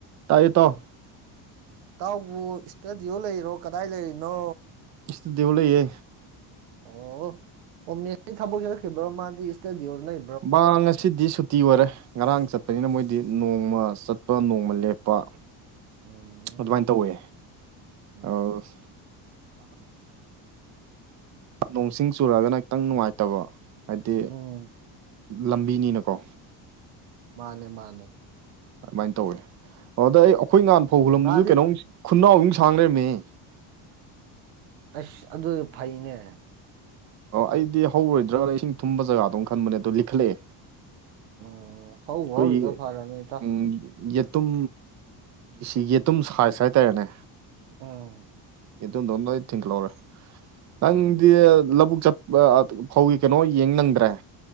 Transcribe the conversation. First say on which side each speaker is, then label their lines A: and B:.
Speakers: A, on the right (about 40°); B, on the right (about 85°).
A: ꯇꯥꯏꯌꯦ ꯏꯇꯥꯎ
B: ꯏꯇꯥꯎꯕꯨ ꯏꯁꯇꯗꯤꯑꯣ ꯂꯩꯔꯣ ꯀꯗꯥꯏ ꯂꯩꯔꯤꯅꯣ
A: ꯏꯁꯇꯗꯤꯑꯣ ꯂꯩꯌꯦ
B: ꯑꯣ ꯑꯣꯝꯅꯦ ꯊꯕꯛ ꯆꯠꯈꯤꯕ꯭ꯔꯣ ꯃꯥꯗꯤ ꯏꯁꯇꯗꯤꯑꯣ ꯂꯩ
A: ꯃꯥ ꯉꯁꯤꯗꯤ ꯁꯨꯠ ꯇꯤ ꯑꯣꯏꯔꯦ ꯉꯔꯥꯡ ꯆꯠꯄꯅꯤꯅ ꯃꯣꯏꯗꯤ ꯅꯣꯡꯃ ꯆꯠꯄ ꯅꯣꯡꯃ ꯂꯦꯞꯄ
B: ꯎꯝ
A: ꯑꯗꯨꯃꯥꯏ ꯇꯧꯋꯦ
B: ꯎꯝ
A: ꯑꯁ ꯅꯣꯡꯁꯤꯡ ꯆꯨꯔꯛꯑꯒꯅ ꯈꯤꯇꯪ ꯅꯨꯡꯉꯥꯏꯇꯕ ꯍꯥꯏꯗꯤ
B: ꯎꯝ
A: ꯂꯝꯕꯤꯅꯤꯅꯀꯣ
B: ꯃꯥꯅꯦ ꯃꯥꯅꯦ
A: ꯑꯗꯨꯃꯥꯏꯅ ꯇꯧꯋꯤ ꯑ ꯑꯗ‌ꯣ ꯑꯩꯈꯣꯏ ꯉꯥꯟ ꯐꯧ
B: ꯎꯝ
A: ꯍꯨꯜꯂꯝꯕꯗꯨꯖꯨ
B: ꯃꯥꯗꯤ
A: ꯀꯩꯅꯣꯝ ꯈꯨꯅꯥꯎꯕꯤꯃꯨꯛ ꯁꯥꯡ ꯂꯩꯔꯝꯃꯦꯍ‌ꯦ
B: ꯑꯁ ꯑꯗꯨꯖꯨ ꯐꯩꯅꯦ
A: ꯑꯣ ꯑꯩꯗꯤ ꯍꯧꯔꯣꯏꯗ꯭ꯔꯥꯅ ꯏꯁꯤꯡ ꯊꯨꯝꯕ ꯖꯒꯥꯗꯣꯝ ꯈꯟꯕꯅꯦ ꯑꯗꯣ ꯂꯤꯈꯠꯂꯛꯑꯦ
B: ꯎꯝ ꯍꯧꯕꯨ
A: ꯀꯨꯏ
B: ꯍꯧꯔꯤꯗꯣ ꯐꯔꯕꯅꯤ ꯏꯇꯥꯎ
A: ꯎꯝ ꯌꯦꯇꯨꯝ ꯁꯤ ꯌꯦꯇꯨꯝ ꯁꯥꯏꯁ ꯍꯥꯏꯇꯥꯔꯦꯅꯦ
B: ꯑꯝ
A: ꯌ‌ꯦꯇꯨꯝꯗ‌ꯣ ꯂꯣꯏ ꯊꯤꯡꯀꯍꯧꯔꯦ
B: ꯎꯝ
A: ꯅꯪꯗꯤ ꯂꯧꯕꯨꯛ ꯆꯠ <unintelligible> ꯐꯧꯒꯤ ꯀꯩꯅꯣ ꯌꯦꯡ ꯅꯪꯗ꯭ꯔꯦ